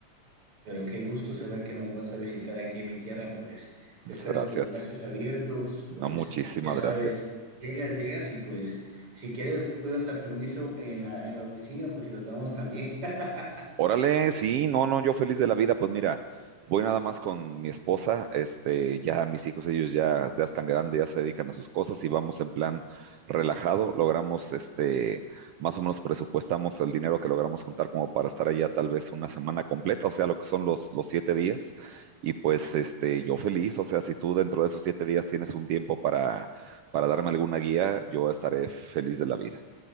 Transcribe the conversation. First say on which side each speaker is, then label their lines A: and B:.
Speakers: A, on the right (about 45°); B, on the right (about 90°).
A: Pero qué gusto saber que nos vas a visitar aquí en mi tierra, pues te
B: Muchas
A: espero
B: gracias.
A: con los brazos abiertos,
B: No,
A: pues
B: muchísimas
A: ya sabes,
B: gracias.
A: llegas, llegas y pues si quieres puedo hasta permiso en la, en la oficina, pues si los damos también. <laughs>
B: Órale, sí, no, no, yo feliz de la vida, pues mira, voy nada más con mi esposa, este, ya mis hijos, ellos ya, ya están grandes, ya se dedican a sus cosas y vamos en plan relajado, logramos, este, más o menos presupuestamos el dinero que logramos juntar como para estar allá tal vez una semana completa, o sea, lo que son los, los siete días, y pues, este, yo feliz, o sea, si tú dentro de esos siete días tienes un tiempo para, para darme alguna guía, yo estaré feliz de la vida.